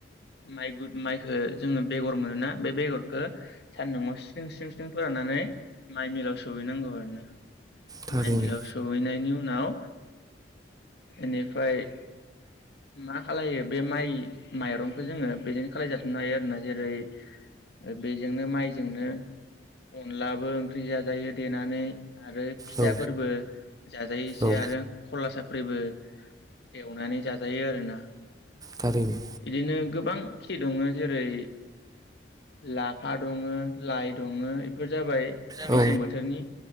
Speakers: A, on the left; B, on the right.
A: माइ बुर माइखो जोङो बेगर मोनोना बे बेगरखो सान्दुंआव स्रिं स्रिं स्रिं फोराननानै माइ मिलाव स सहैनांगौ आरो ना
B: थारैनो
A: माइ मिलाव सौहैनायनि उन नाव इनिफ्राय मा खालायो बे माइ माइरंखो जोङो बेजोंनो खालायजाफिननो हायो आरोना जेरै ओ बेजोंनो माइजोंनो अनलाबो ओंख्रि जाजायो देनानै आरो फिथाफोरबो
B: औ
A: जाजायो एसे
B: औ
A: आरो खला साफ्रिबो एवनानै जाज जायो आरो ना
B: थारैनो
A: इदिनो गोबां खि दङो जेरै लाफा दङो लाइ दङो इफोर जाबाय
B: औ
A: मेसें बोथोरनि